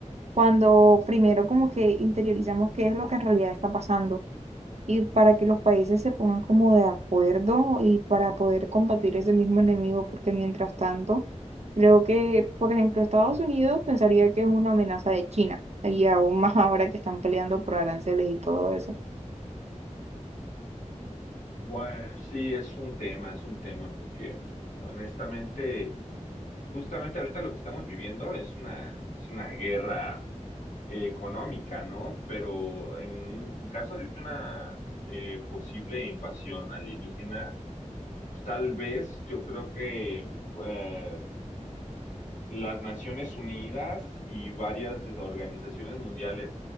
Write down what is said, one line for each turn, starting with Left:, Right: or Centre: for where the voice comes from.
Right: cuando primero como que interiorizamos qué es lo que en realidad está pasando y para que los países se pongan como de acuerdo y para poder combatir ese mismo enemigo, porque mientras tanto, creo que, por ejemplo, Estados Unidos pensaría que es una amenaza de China y aún más ahora que están peleando por aranceles y todo eso.
Left: Bueno, sí, es un tema, es un tema, porque honestamente, justamente ahorita lo que estamos viviendo es una, es una guerra eh, económica, ¿no? Pero en, en caso de una eh, posible invasión alienígena, tal vez yo creo que eh, las Naciones Unidas y varias es- organizaciones mundiales